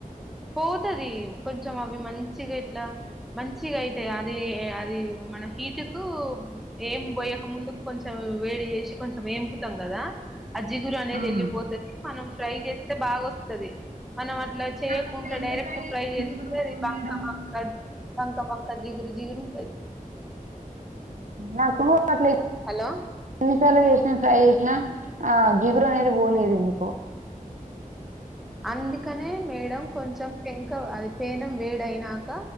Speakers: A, in the centre; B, on the right (about 60°).
A: పోతుది కొంచెం అవి మంచిగా ఇట్లా మంచిగా అయితే అది అది మన హీటు కు ఏం పోయక ముందుకు కొంచెం వేడి చేసి కొంచెం ఎంపుతాం కదా అజ్జిగురు అనేది
B: అవునా
A: వెళ్ళిపోతది మనం ఫ్రై చేస్తే బాగా వస్తది మనం అట్లాయితే చేయకుండా
B: నాకు అట్లా ఎంత
A: డైరెక్ట్
B: ట్రై చేసినా
A: ఫ్రై చేస్తే
B: జిగురు
A: అది
B: పోదు
A: బంకా
B: మేడం
A: బంక బంక బంక జిగురు జిగురు ఉంటాది
B: నాకు <unintelligible>
A: హలో
B: ఎన్నిసార్లు చేసినా ట్రై చేసినా ఆ జీగురు అనేది పోలేదు ఎందుకో
A: అందుకనే మేడం కొంచెం పెంక అది పేనెం వేడ అయినాక